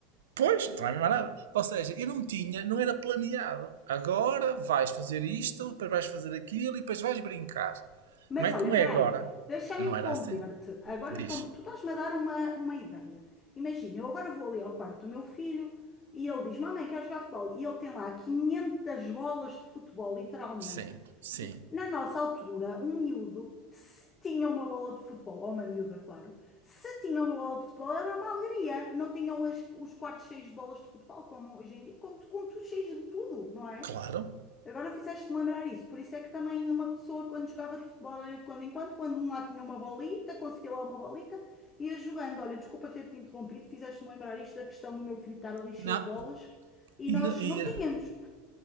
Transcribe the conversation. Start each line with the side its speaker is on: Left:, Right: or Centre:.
Right: pois, não havia mais nada. Ou seja, eu não tinha, não era planeado. Agora vais fazer isto,
Left: nada.
Right: depois vais fazer aquilo e depois vais brincar.
Left: Mas
Right: Não é
Left: olha,
Right: como
Left: peraí,
Right: é agora.
Left: deixa-me
Right: Não
Left: interromper-te.
Right: era assim.
Left: Agora
Right: Diz.
Left: tô- tu estás-me a dar uma, uma ideia. Imagina, eu agora vou ali ao quarto do meu filho e ele diz: Mamãe, quer jogar futebol? E ele tem lá 500 bolas de futebol, literalmente.
Right: Sim, sim.
Left: Na nossa altura, um miúdo, se tinha uma bola de futebol, ou uma miúda, claro, se tinha uma bola de futebol era uma alegria. Não tinham as- os quartos cheios de bolas de futebol, como hoje em dia, com, com tudo cheios de tudo, não é?
Right: Claro.
Left: Agora fizeste-me lembrar isso. Por isso é que também uma pessoa, quando jogava de futebol, era de quando em quando, quando um lá tinha uma bolita, conseguia lá uma bolita, ia jogando. Olha, desculpa ter-te interrompido, fizeste-me lembrar isto da questão do meu filho estar ali cheio
Right: Não.
Left: de bolas e
Right: E,
Left: nós
Right: não- e,
Left: não tínhamos.